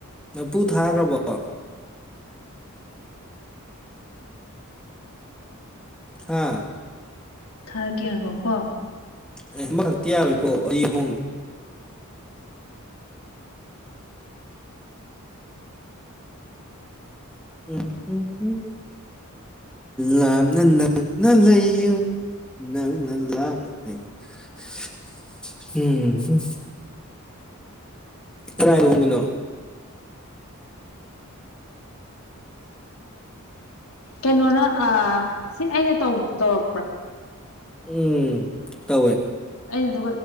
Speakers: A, in the centre; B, on the left.
A: ꯅꯄꯨ ꯊꯥꯈ꯭ꯔꯕꯣ ꯍꯥꯥ
B: ꯊꯥꯔꯛꯀꯦ ꯉꯥꯏꯈꫭ ꯀꯣ
A: ꯑꯦ ꯑꯃꯈꯛꯇꯤ ꯌꯥꯔꯣꯏꯀꯣ ꯑꯅꯤ ꯑꯍꯣꯝ ꯎꯝꯝꯝ ꯂꯥꯞꯅ ꯅꯪꯅ ꯂꯩꯌꯨ ꯅꯛꯅ ꯂꯞꯅ ꯂꯥꯛꯑꯝ <unintelligible> ꯀꯔꯥꯏꯗ ꯍꯣꯡꯉꯤꯅꯣ <unintelligible>
B: ꯀꯩꯅꯣ ꯑꯥ ꯁꯤ ꯑꯩꯅ ꯇꯧꯔꯛꯄ꯭ꯔꯥ
A: ꯎꯝ ꯇꯧꯋꯦ
B: ꯑꯩꯅꯗꯨ